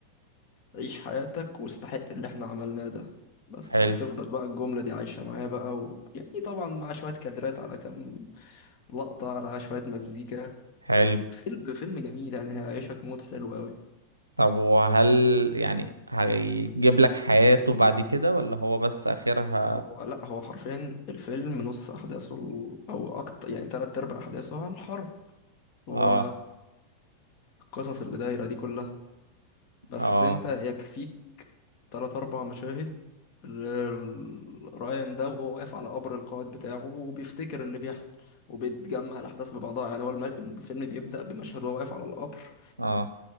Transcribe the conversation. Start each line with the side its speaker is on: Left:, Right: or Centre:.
Left: عيش حياتك واستحق اللي احنا عملناه ده بس
Right: حلو
Left: فبتفضل بقى الجملة دي عايشة معايا بقى ويعني طبعا مع شوية كادرات على كام لقطة على شوية مزيكا
Right: حلو
Left: فيلم فيلم جميل يعني هيعيشك مود حلو قوي
Right: طب وهل يعني هيجيب لك حياته بعد كده ولا هو بس آخرها
Left: هو لا هو حرفيا الفيلم نص احداثه ال- او اكتر يعني تلات ارباع احداثه على الحرب هو
Right: اه
Left: القصص اللي دايرة دي كلها بس
Right: اه
Left: انت يكفيك تلات أربع مشاهد ال- رايان ده وهو واقف على قبر القائد بتاعه وبيفتكر اللي بيحصل وبيتجمع الأحداث ببعضها يعني هو الم- الفيلم بيبدأ بمشهد وهو واقف على القبر
Right: اه